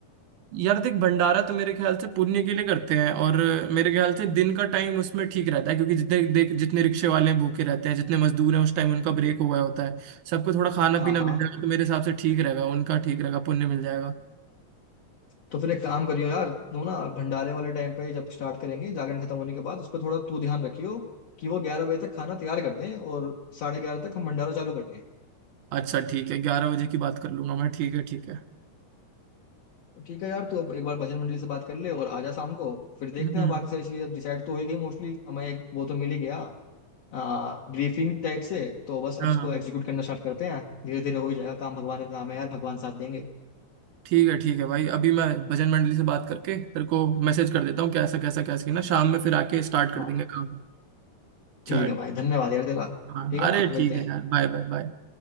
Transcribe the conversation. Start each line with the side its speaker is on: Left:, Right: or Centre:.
Right: यार देख भंडारा तो मेरे ख्याल से पुण्य के लिए करते हैं और मेरे ख्याल से दिन का टाइम उसमें ठीक रहता है क्योंकि जितने देख जितने रिक्शे वाले हैं भूखे रहते हैं जितने मजदूर हैं उस टाइम उनका ब्रेक हुआ होता है सबको थोड़ा खाना
Left: हाँ
Right: पीना
Left: हाँ
Right: मिल जाएगा तो मेरे हिसाब से ठीक रहेगा उनका ठीक रहेगा पुण्य मिल जाएगा
Left: तो फिर एक काम करियो यार तू ना भंडारे वाले टाइम पे जब स्टार्ट करेंगे जागरण खत्म होने के बाद उस पर थोड़ा तू ध्यान रखियो कि वो ग्यारह बजे तक खाना तैयार कर दें और साढ़े ग्यारह तक हम भंडारा चालू कर लें
Right: अच्छा ठीक है ग्यारह बजे की बात कर लूंगा मैं ठीक है ठीक है
Left: तो ठीक है यार तू अब एक बार बजट मंडली से बात कर ले और आजा शाम को फिर देखते
Right: हम्म
Left: हैं बाकी सारी चीजें डिसाइड तो हो ही गई मोस्टली हमें एक वो तो मिल ही गया ब्रीफिंग टाइप से तो बस अब
Right: हाँ
Left: उसको एग्जीक्यूट करना स्टार्ट करते हैं धीरे धीरे हो ही जाएगा काम भगवान का काम है यार भगवान साथ देंगे
Right: ठीक है ठीक है भाई अभी मैं भजन मंडली से बात करके तेरे को मैसेज कर देता हूँ कैसा कैसा कैसा ना शाम में फिर आके स्टार्ट कर
Left: हाँ
Right: देंगे काम चल
Left: ठीक है भाई धन्यवाद यार तेरा
Right: हाँ
Left: ठीक है
Right: अरे
Left: ना मिलते
Right: ठीक
Left: हैं
Right: है यार बाय बाय बाय